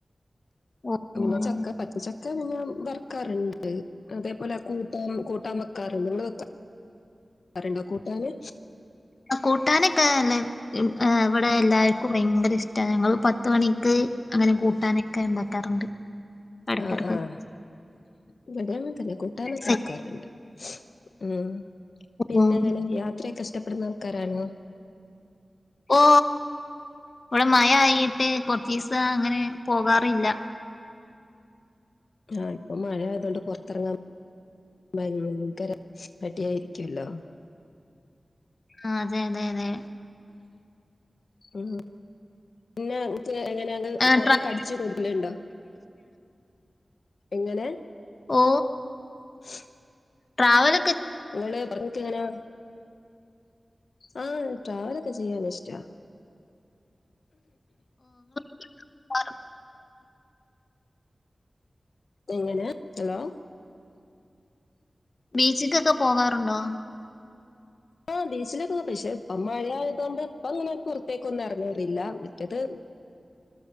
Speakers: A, on the left; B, on the left.
A: ഉം.
B: പിന്ന ചക്ക പച്ച ചക്ക ക്ക വർക്കാറുണ്ട് അതേപോലെ കൂട്ടാൻ കൂട്ടാൻ വെക്കാറുണ്ട് നിങ്ങക്ക വെക്കാറ്ണ്ടോ കൂട്ടാന്
A: ആ കൂട്ടാനൊക്കെ അല്ലെ് ഇവിടെ എല്ലാവർക്കും ഭയങ്കര ഇഷ്ടമാണ് ഞങ്ങള്ൾ പത്ത മണിക്ക് അങ്ങനെ കൂട്ടാനൊക്കെ ഉണ്ടാക്കാറുണ്ട് ഇടക്കിടക്കൊക്കെ
B: ആ ആഹ ഇവിടെ അങ്ങന്നെ തന്നെ കൂട്ടാനൊക്കെ
A: ശരി.
B: വെക്കാറുണ്ട് ഉം പിന്നെ
A: ഉം.
B: അങ്ങനെ യാത്രയൊക്കെ ഇഷ്ടപ്പെടുന്ന ആൾക്കാരണോ?
A: ഓ ഇവിടെ മയ ആയിട്ട് കൊറച്ചീസം അങ്ങനെ പോകാറില്ല.
B: ആഹ ഇപ്പൊ മഴ ആയതുകൊണ്ട് പുറത്തിറങ്ങാ ഭയങ്കര പട്ടിയായിരിക്കുവല്ലോ.
A: ആ അതെ അതെ അതെ
B: ഉ പി എങ്ങനെ അങ്ങ്
A: ആ,
B: പറ
A: ട്രാ-
B: കടിച്ചു കൊടുലുണ്ടോ എങ്ങനെ
A: ഓ
B: <inaudible>
A: ട്രാവൽ
B: നിങ്ങള് പറഞ്ഞക്ക എങ്ങനയാ ആഹ ട്രാവലൊക്കെ ചെയ്യാന ഇഷ്ടാ
A: ആ
B: എങ്ങനെ ഹലോ
A: ബീച്ചിക്കൊക്കെ പോകാറുണ്ടോ?
B: ആഹ ബീച്ചിലൊക്കെ പോ പക്ഷേ ഇപ്പ മഴ ആയത കൊണ്ട് ഇപ്പ അങ്ങനെ പുറത്തേക്ക ഒന്നും ഇറങ്ങറില്ല മറ്റത്
A: <inaudible>